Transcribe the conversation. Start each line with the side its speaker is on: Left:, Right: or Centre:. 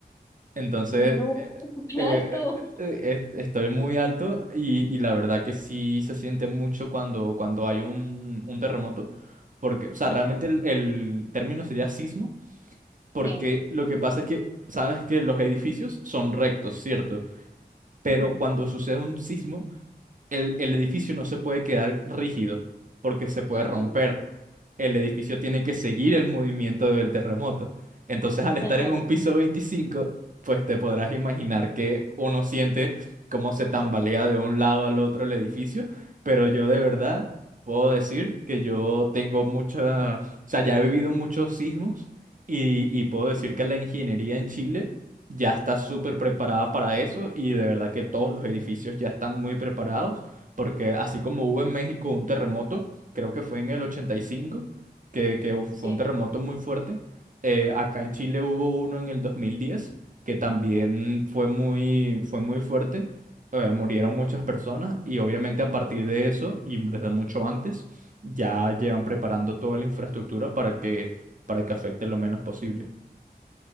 Right: Entonces,
Left: No,
Right: eh,
Left: <laughs> súper
Right: eh,
Left: alto.
Right: eh, eh, est- estoy muy alto y, y la verdad que sí se siente mucho cuando, cuando hay un, un terremoto. Porque, o sea, realmente el, el término sería sismo, porque
Left: Sí.
Right: lo que pasa es que, sabes que los edificios son rectos, ¿cierto? Pero
Left: Ujú.
Right: cuando sucede un sismo, el, el edificio no se puede quedar rígido porque se puede
Left: Ujú.
Right: romper. El edificio tiene que seguir el movimiento del terremoto. Entonces, al estar
Left: Tal cual.
Right: en un piso veinticinco pues te podrás imaginar que uno siente cómo se tambalea de un lado al otro el edificio, pero yo de verdad puedo decir que yo tengo mucha, o sea, ya he vivido muchos sismos y, y puedo decir que la ingeniería en Chile ya está súper preparada para eso y de verdad que todos los edificios ya están muy preparados. Porque así como hubo en México un terremoto, creo que fue en el 85, que, que hu- fue
Left: Sí.
Right: un terremoto muy fuerte, eh, acá en Chile hubo uno en el 2010, que también fue muy, fue muy fuerte, eh, murieron muchas personas y obviamente a partir de eso y desde mucho antes ya llevan preparando toda la infraestructura para que, para que afecte lo menos posible.